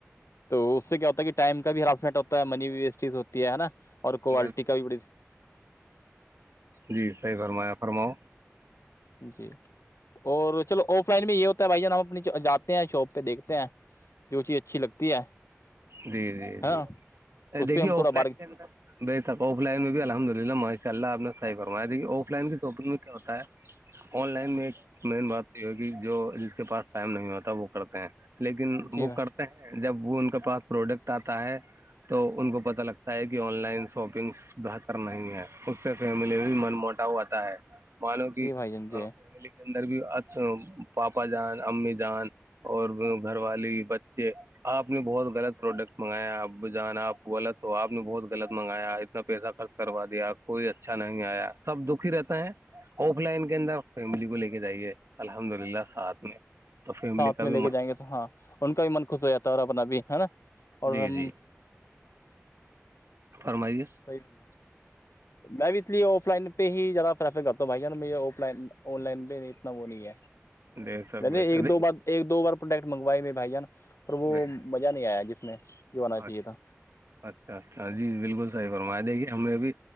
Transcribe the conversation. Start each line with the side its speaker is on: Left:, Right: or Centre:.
Left: تو اس سے کیا ہوتا ہے کہ ٹائم کا بھی ہراسمنٹ ہوتا ہے منی بھی ویسٹیز ہوتی ہے نا اور
Right: سب
Left: کوالٹی کا بھی بڑی
Right: جی صحیح فرمایا فرماؤ
Left: جی اور چلو آف لائن بھی یہ ہوتا ہے بھائی جان ہم اپنی جاتے ہیں شاپ پہ دیکھتے ہیں جو چیز اچھی لگتی ہے
Right: جی جی
Left: ہاں
Right: جی
Left: اس
Right: دیکھیے
Left: پہ ہم
Right: آف
Left: تھوڑا
Right: لائن
Left: بار
Right: کے انر بے شک آف لائن میں بھی الحمد للہ ماشاء اللہ آپ نے صح فرایا دیکھی آف لائن کی شاپنگ میں کیا ہوتا ہے آن لائن میں ایک مین بات تو یہ ہے کہ جو جس کے پاس ٹائم نہیں ہوتا وہ کرتے ہیں لیکن
Left: جی
Right: وہ
Left: بھائی
Right: کرتے ہیں جب وہ ان کے پاس پروڈکٹ آتا ہے تو ان کو پتہ لگتا ہے کہ آن لائن شاپنگس بہتر نہیں ہے اس سے فیملی بھی من موٹا ہوتا ہے مانو کہ
Left: جی بھائی جان جی
Right: فیملی کے اندر بھی پاپا جان امی جان اور گھر والی بچے آپ نے بہت غلط پروڈکٹ منگایا اپ ب جان آپ غلط ہو آپ نے بہتغلط منگایا اتنا پیسہ خرچ کروا دیا آپ کوئی اچھا نہیں آیا سب دکھ ہی رہتا ہے آف لائن کے اندر فیملی کو لے کے جائیے الحمد للہ ساتھ میں تو فیملی
Left: ساتھ
Right: کا
Left: میں
Right: بھی
Left: لے
Right: م
Left: کے جائیں گے ہاں ان کا بھی من خوش ہو جاتا ہے اور اپنا بھی ہے نا اور
Right: جی
Left: ہم
Right: جی فرمائیے
Left: بئیورم میں بھی استے آف لائن پہ ہی زیادہ پرریفر کرتا ہوں بھائی مجھے آف لائن آن لائن پہ اتنا وہ نہیں ہے
Right: بے شک
Left: نہیں نہیں
Right: بے
Left: ایک
Right: شک دیکھیے
Left: دو بار ایک دو بار پروڈکٹ منگوائے مے بھائی ج نا اور وہ
Right: بے
Left: نہیں
Right: شک
Left: آیا جس میں جو آنا چاہیے
Right: اچھا
Left: تھا
Right: اچھا اچھا جی بالکل صحیح فرمائے دے گی ہم نے بھی